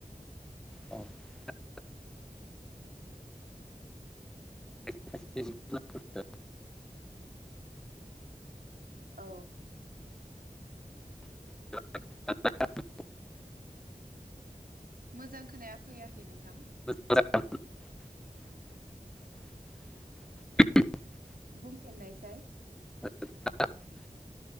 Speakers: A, in the centre; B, on the right (about 75°).
A: औ
B: <inaudible>
A: <unintelligible>
B: औ
A: <inaudible> <inaudible>
B: मोजां खोनाया फैया नोंथां
A: <inaudible>
B: बुंफिननायसाय।
A: <inaudible>